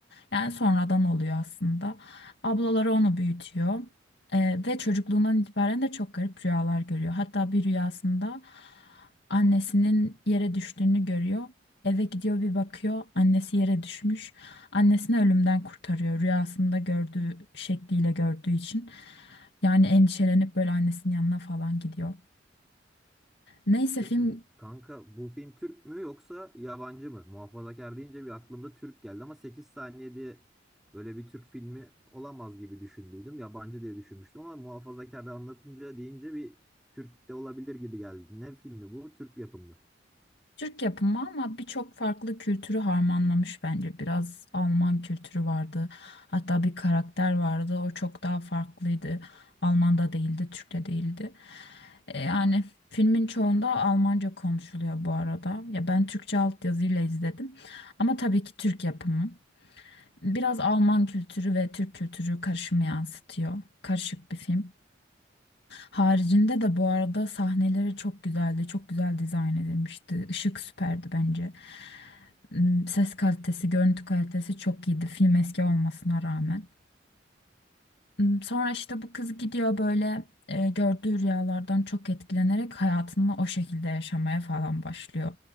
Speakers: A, on the left; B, in the centre.
A: Yani sonradan oluyor aslında. Ablaları onu büyütüyor. Ee, ve çocukluğundan itibaren de çok garip rüyalar görüyor. Hatta bir rüyasında annesinin yere düştüğünü görüyor. Eve gidiyor bir bakıyor annesi yere düşmüş. Annesini ölümden kurtarıyor rüyasında gördüğü şekliyle gördüğü için. Yani endişelenip böyle annesinin yanına falan gidiyor. Neyse
B: Şimdi
A: film
B: kanka bu film Türk mü yoksa yabancı mı? Muhafazakar deyince bir aklımda Türk geldi ama 8 saniye diye böyle bir Türk filmi olamaz gibi düşündüydüm. Yabancı diye düşünmüştüm ama muhafazakar anlatınca deyince bir Türk de olabilir gibi geldi. Ne filmi bu? Türk yapımı.
A: Türk yapımı ama birçok farklı kültürü harmanlamış bence. Biraz Alman kültürü vardı. Hatta bir karakter vardı. O çok daha farklıydı. Alman'da değildi, Türk'te değildi. E, Yani filmin çoğunda Almanca konuşuluyor bu arada. Ya ben Türkçe altyazıyla izledim. Ama tabii ki Türk yapımı. Biraz Alman kültürü ve Türk kültürü karışımı yansıtıyor. Karışık bir film. Haricinde de bu arada sahneleri çok güzeldi. Çok güzel dizayn edilmişti. Işık süperdi bence. Hmm, Ses kalitesi, görüntü kalitesi çok iyiydi film eski olmasına rağmen. Hmm, Sonra işte bu kız gidiyor böyle e, gördüğü rüyalardan çok etkilenerek hayatını o şekilde yaşamaya falan başlıyor.